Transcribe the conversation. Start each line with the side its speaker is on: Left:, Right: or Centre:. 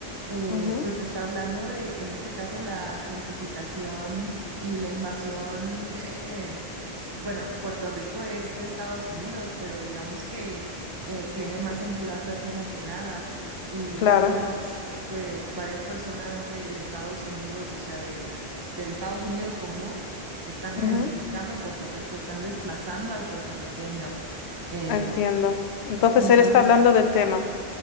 Right: eh,
Left: Ujú,
Right: pues te está hablando de, en este caso, la gentrificación y la invasión. eh, bueno, Puerto Rico es de Estados Unidos, pero digamos que eh, tiene más entidad latina que nada y
Left: claro,
Right: varios, pues, varias personas del Estados Unidos, o sea, de, del Estados Unidos común, están
Left: ujú,
Right: gentrificando Puerto Rico, están desplazando al puertorriqueño. Em,
Left: entiendo. Entonces
Right: entonces,
Left: él está hablando del tema.